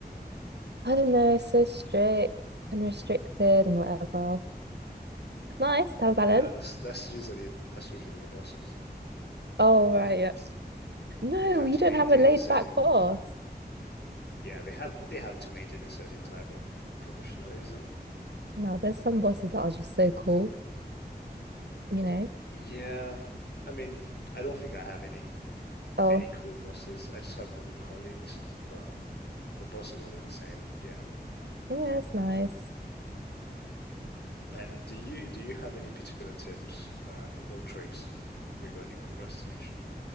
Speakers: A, on the right (about 80°); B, on the left (about 75°).
A: I don't know, so strict and restricted and whatever. nice to have a balance.
B: Yeah, that's that's usually that's usually the bosses.
A: Oh, right, yeah. No,
B: They have
A: you
B: to
A: don't
B: maintain
A: have a laid
B: a certain
A: back boss.
B: Yeah, they have they have to maintain a certain type of professionalism.
A: No, there's some bosses that are just so cool, you know?
B: Yeah, I mean, I don't think I have any
A: Oh,
B: any cool bosses. I just have cool colleagues, but the bosses are all the same. Yeah.
A: yeah, it's nice.
B: And do you do you have any particular tips uh, or tricks regarding procrastination?